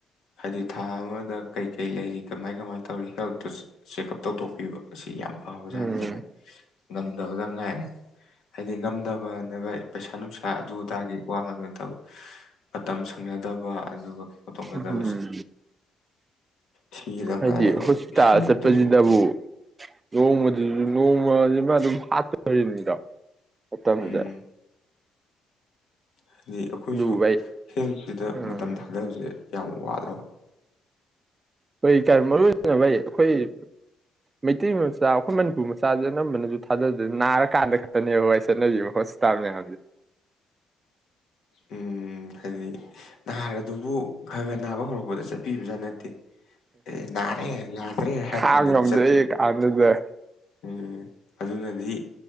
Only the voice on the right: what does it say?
ꯎꯝ
ꯎꯝ
ꯍꯥꯏꯗꯤ
ꯍꯣꯁꯄꯤꯇꯥꯜ
ꯆꯠꯄꯁꯤꯗꯕꯨ ꯂꯣꯡꯃꯗꯨꯁꯨ ꯅꯣꯡꯃꯁꯤꯃ ꯑꯗꯨꯝ ꯍꯥꯠꯇꯣꯔꯤꯕꯅꯤꯗꯣ ꯈꯨꯠꯇꯖ
ꯑꯗꯨꯕꯨ ꯚꯩ
ꯎꯝ
ꯑꯩꯣꯏ ꯀ ꯃꯔꯨ ꯚꯩ ꯑꯩꯈꯣꯏ ꯃꯩꯇꯩ ꯃꯆꯥ ꯑꯩꯈꯣꯏ ꯃꯅꯤꯄꯨꯔ ꯃꯆꯥꯗꯨ ꯑꯅꯝꯕꯅꯁꯨ ꯊꯥꯗꯗꯅ ꯅꯥꯔꯀꯥꯟꯗ ꯈꯛꯇꯅꯦꯕ ꯍꯣꯏ ꯆꯠꯅꯕꯤꯕ ꯍꯣꯁꯄꯤꯇꯥꯜ ꯃꯌꯥꯝꯁꯦ
ꯈꯥꯡ
ꯉꯝꯗ꯭ꯔꯦ
ꯀꯥꯟꯗꯨꯗ